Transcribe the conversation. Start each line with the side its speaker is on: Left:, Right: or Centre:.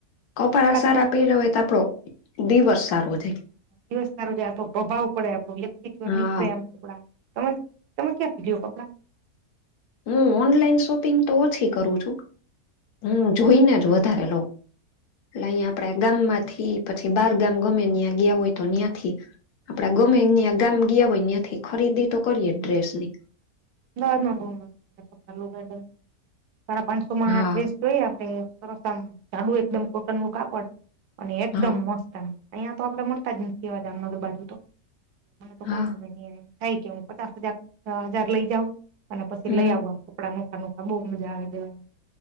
Left: કપડા
Right: કપડાથી
Left: સારા પેયરા હોય તો આપડો દિવસ સારો જાય.
Right: દિવસ સારો જાય તો આપડો પ્રભાવ સારો પડે વ્યક્તિર
Left: હા
Right: નીખરેે એમ કપડાં. તમે તમે ક્યાં થી લીયો કપડાં?
Left: હું ઓનલાઈન શોપિંગ તો ઓછી કરું છું. હું જોઈને જ વધારે લઉં. એટલે અહીંયા આપડા ગામ માંથી પછી બાર ગામ ગમે ત્યાં ગયા હોય તો ત્યાંથી. આપડા ગમે યાં ગામ ગીયા હોય ત્યાંથી ખરીદી તો કરીએ ડ્રેસ ની.
Right: અમદાવાદ માં બો મસ્ત મળે કપડા સાડા પાંન સો માં
Left: હા
Right: ડ્રેસ કેવુ આપણે સરસ આમ જાડુ એકદમ કોટન નું કાપડ અને એકદમ
Left: હા
Right: મસ્ત આમ અહીયાં તો આપડે મળતા જ નથી આ ગામડા બાજુ તો મને તો
Left: હા
Right: બો ગમે ત્યાં થાય કે હું પચાસ હજાર હજાર લઈ જાઉં અને પછી
Left: હમ
Right: લઈ આવું આમ કપડા નુ આ બો મજા આવે એમ